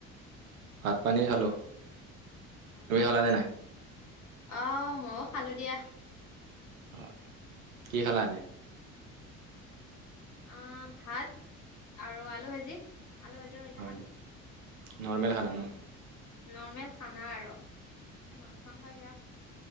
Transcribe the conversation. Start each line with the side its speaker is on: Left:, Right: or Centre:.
Right: ভাত পানী খালো,
Left: অ',
Right: তুমি খালানে নাই?
Left: অ মও খালো দিয়া।
Right: হয়, কি খালা এনে?
Left: অ ভাত আৰু আলু ভাজি আলু ভাজি। সৈতে
Right: হয়,
Left: খালো।
Right: নেকি নৰ্মেল খানা
Left: উম,
Right: ন?
Left: নৰ্মেল খানা আৰু সেই মাছ মাংসয়ে বেয়া।